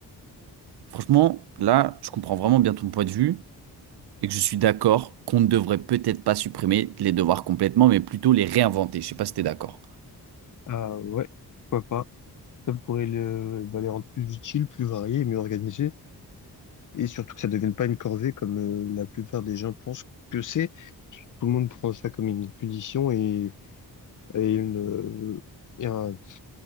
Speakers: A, on the right; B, on the left.
A: franchement, là, je comprends vraiment bien ton point de vue, et que je suis d'accord qu'on ne devrait peut-être pas supprimer les devoirs complètement, mais plutôt les réinventer, je sais pas si t'es d'accord.
B: Ah ouais, pourquoi pas. Ça pourrait le, bah, les rendre plus utiles, plus variés, mieux organisés. Et surtout que ça ne devienne pas une corvée comme euh, la plupart des gens pensent que c'est. Tout le monde prend ça comme une punition et, et une, euh, et un,